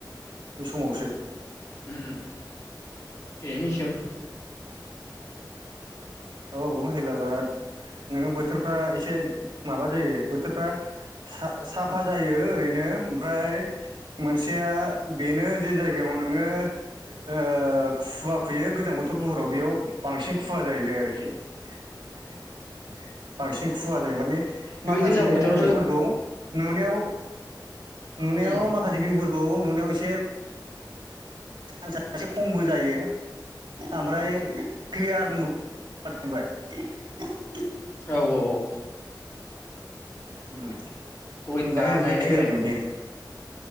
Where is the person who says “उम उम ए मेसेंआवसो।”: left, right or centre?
Left